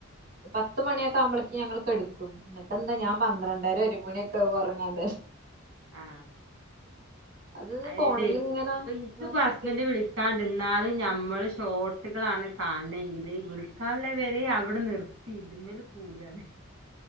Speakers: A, on the right; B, on the right.
A: പത്ത് മണിയൊക്കെ
B: അങ്ങനെ
A: ആവുമ്പളേക്ക് ഞാ ങ്ങള് കെട്ക്കും എന്നിട്ടന്താ ഞാൻ പന്ത്രണ്ടര ഒരുമണിയൊക്കെയാവും ഉറങ്ങാന്
B: ആ
A: അത്
B: അയ്തെയ്
A: ഫോണിൽ ഇങ്ങനെ
B: പ്പൊ ഇൻക്ക്പ്പൊ
A: നോക്കിട്ടേ
B: ഹസ്ബന്റ് വിളിക്കാണ്ട്ന്നാലും ഞമ്മള് സൊട്ടുകളാണ് കാണണെങ്കില് വിൽക്കാള്ളവരെ അവടെ നിർത്തി ഇതമ്മൽ കൂടാണ്